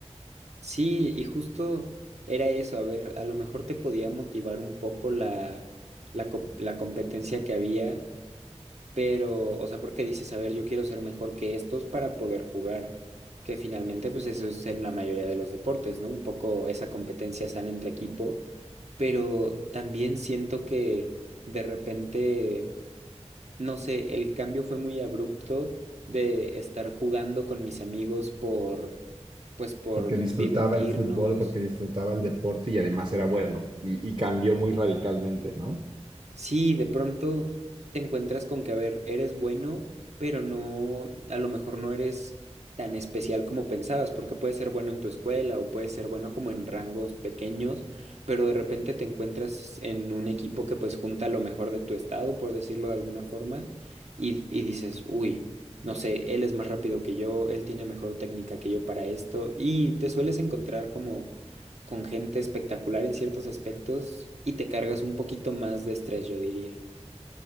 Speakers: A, on the right; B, on the right.
A: Sí, y justo era eso, a ver, a lo mejor te podía motivar un poco la, la, co- la competencia que había, pero, o sea, porque dices, a ver, yo quiero ser mejor que estos para poder jugar, que finalmente, pues eso es en la mayoría de los deportes, ¿no? Un poco esa competencia sana entre equipo, pero también siento que de repente, no sé, el cambio fue muy abrupto de estar jugando con mis amigos por, pues por
B: porque disfrutaba
A: divertirnos
B: el fútbol, porque disfrutaba el deporte y además era bueno y, y cambió muy radicalmente, ¿no?
A: Sí, de pronto te encuentras con que, a ver, eres bueno, pero no, a lo mejor no eres tan especial como pensabas, porque puedes ser bueno en tu escuela o puedes ser bueno como en rangos pequeños, pero de repente te encuentras en un equipo que pues junta lo mejor de tu estado, por decirlo de alguna forma, y, y dices, uy, no sé, él es más rápido que yo, él tiene mejor técnica que yo para esto, y te sueles encontrar como con gente espectacular en ciertos aspectos y te cargas un poquito más de estrés, yo diría.